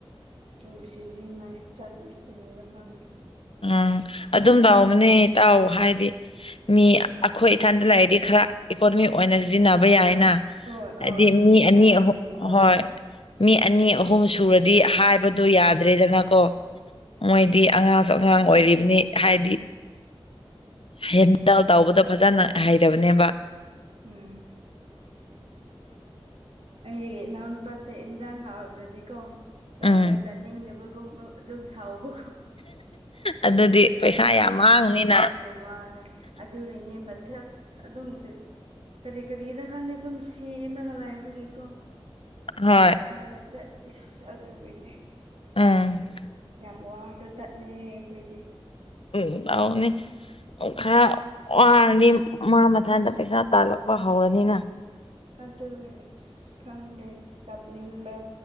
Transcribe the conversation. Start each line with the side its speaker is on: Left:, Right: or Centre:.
Right: ꯗꯨꯝ ꯁꯤꯖꯤꯟꯅꯩ ꯆꯠꯂꯦ ꯀꯔꯤꯔꯥ ꯈꯪꯗꯦ ꯫
Left: ꯎꯝ ꯑꯗꯨꯝ ꯇꯥꯎꯕꯅꯦ ꯇꯥꯎ ꯍꯥꯏꯗꯤ꯫ ꯃꯤ ꯑꯩꯈꯣꯏ ꯏꯊꯟꯗ ꯂꯩꯔꯗꯤ ꯈꯔ ꯏꯀꯣꯅꯣꯃꯤꯛ ꯑꯣꯏꯅ ꯁꯤꯖꯤꯟꯅꯕ ꯌꯥꯏꯅ꯫
Right: ꯍꯣꯏ
Left: ꯍꯥꯏꯗꯤ
Right: ꯍꯣꯏ
Left: ꯃꯤ
Right: ꯄꯩꯁꯥ
Left: ꯑꯅꯤ
Right: ꯂꯩꯇ꯭ꯔꯗꯤꯀꯣ
Left: ꯑꯍꯨ ꯍꯣꯏ ꯃꯤ ꯑꯅꯤ ꯑꯍꯨꯝ ꯁꯨꯔꯗꯤ ꯍꯥꯏꯕꯗꯣ ꯌꯥꯗ꯭ꯔꯦꯗꯅꯀꯣ ꯃꯣꯏꯗꯤ ꯑꯡ ꯁꯨ ꯑꯉꯥꯡ ꯑꯣꯏꯔꯤꯕꯅꯤ ꯍꯥꯏꯗꯤ ꯍꯦꯟꯗꯜ ꯇꯧꯕꯗ ꯐꯖꯅ ꯍꯩꯇꯕꯅꯦꯕ
Right: ꯎꯝ ꯑꯩ ꯏꯅꯥꯎꯅꯨꯄꯥꯁꯦ ꯏꯟꯖꯥꯡ ꯍꯥꯎꯇꯔ꯭ꯗꯤꯀꯣ ꯆꯥꯛꯀ
Left: ꯎꯝ
Right: ꯆꯥꯅꯤꯡꯗꯕꯒꯨꯝ ꯑꯗꯨꯝ ꯁꯥꯎꯕ
Left: ꯑꯗꯨꯗꯤ ꯄꯩꯁꯥ
Right: <unintelligible> ꯌꯥꯝ
Left: ꯃꯥꯡꯅꯤꯅ
Right: ꯅꯣꯛꯅꯤꯡꯕ ꯋꯥꯅꯦ ꯑꯗꯨꯒꯤꯅꯤ ꯃ ꯊꯛ ꯑꯗꯨꯝ ꯀꯔꯤ ꯀꯔꯤꯔꯥ ꯈꯪꯗꯦ ꯑꯗꯨꯝ ꯁꯦꯝꯔꯒ ꯂꯩꯕꯒꯤ ꯀꯣ ꯑꯁ
Left: ꯍꯣꯏ
Right: ꯄꯩꯁꯥꯒ ꯆꯠꯂꯤꯁ ꯑꯗꯨꯒꯤꯅꯦ
Left: ꯎꯝ
Right: ꯌꯥꯝ ꯋꯥꯒꯔ꯭ꯒ ꯖꯥꯠꯅꯦ ꯈꯣꯏꯗꯤ
Left: ꯎꯝ ꯇꯥꯎꯅꯤ ꯈꯔ ꯋꯥꯔꯅꯤ ꯃꯥ ꯃꯊꯟꯗ ꯄꯩꯁꯥ ꯇꯥꯜꯂꯛꯄ ꯍꯧꯔꯅꯤꯅ
Right: ꯑꯗꯨ ꯑꯁ ꯈꯪꯗ꯭ꯔꯦ ꯀꯞꯅꯤꯡꯕ